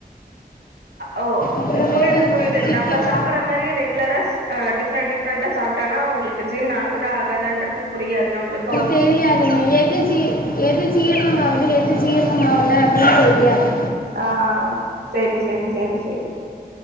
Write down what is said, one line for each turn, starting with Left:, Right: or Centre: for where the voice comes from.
Right: ஓ
Left: அப்புறமேட்டு
Right: புரியுது புரியுது
Left: சிக்கன்
Right: நம்ம சாப்பற மாரி ரெ குலராஸ் ஆ டிஃப்ரெண்ட் டிஃப்ரெண்டா சாப்டானா அவங்களுக்கு ஜீரண ஆகுதா ஆகதான்றது புரியாது நம்மளுக்
Left: தெரியாதுங்க எது ஜீ எது ஜீர்ணம் ஆகுது எது ஜீர்ணம் ஆகல அப்படின்னு தெரியாது
Right: ஆ சரி சரி சரி சரி